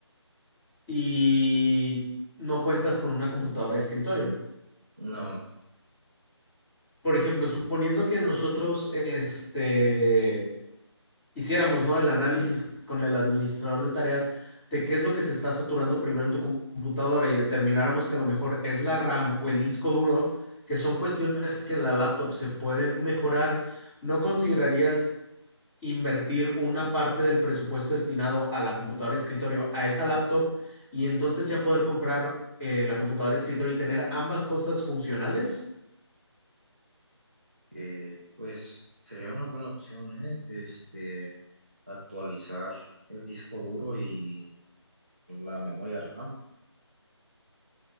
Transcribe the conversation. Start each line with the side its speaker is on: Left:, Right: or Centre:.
Centre: y no cuentas con una computadora de escritorio.
Right: No,
Centre: Por ejemplo, suponiendo que nosotros, este, hiciéramos, ¿no? El análisis con el administrador de tareas de qué es lo que se está saturando primero en tu computadora y determináramos que a lo mejor es la RAM o el disco duro, que son cuestiones que en la laptop se pueden mejorar, ¿no considerarías invertir una parte del presupuesto destinado a la computadora de escritorio, a esa laptop, y entonces ya poder comprar eh, la computadora de escritorio y tener ambas cosas funcionales?
Right: eh, pues sería una buena opción, ¿eh? Este, actualizar el disco duro y la memoria RAM.